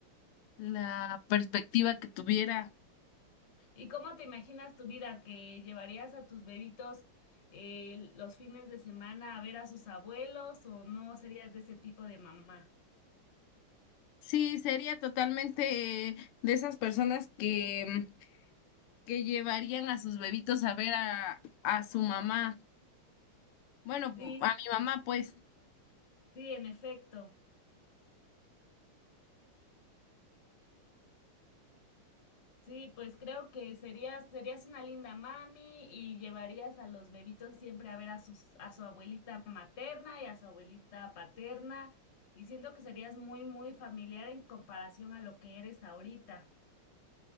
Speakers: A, on the left (about 85°); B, on the left (about 40°).
A: la perspectiva que tuviera.
B: ¿Y cómo te imaginas tu vida que llevarías a tus bebitos eh, los fines de semana a ver a sus abuelos o no serías de ese tipo de mamá?
A: Sí, sería totalmente eh, de esas personas que, mm, que llevarían a sus bebitos a ver a, a su mamá. Bueno,
B: Sí,
A: a mi mamá, pues.
B: sí, en efecto. Sí, pues creo que serías, serías una linda mami y llevarías a los bebitos siempre a ver a sus, a su abuelita materna y a su abuelita paterna. Y siento que serías muy, muy familiar en comparación a lo que eres ahorita.